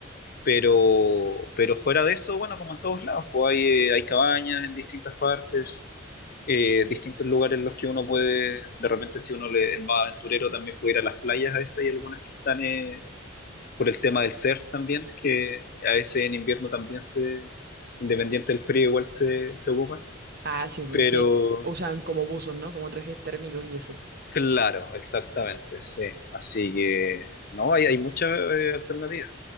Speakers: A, on the left; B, on the right.
A: Pero, pero fuera de eso, bueno, como en todos lados, pues hay, eh, hay cabañas en distintas partes, eh, distintos lugares en los que uno puede, de repente si uno le- es más aventurero, también puede ir a las playas a veces, hay algunas que están eh, por el tema del surf también, que a veces en invierno también se, independiente del frío, igual se, se ocupa.
B: Ah, sí, pues
A: Pero
B: gen- usan como buzos, ¿no? Como trajes térmicos y eso.
A: claro, exactamente, sí. Así que no, hay, hay muchas eh, alternativas.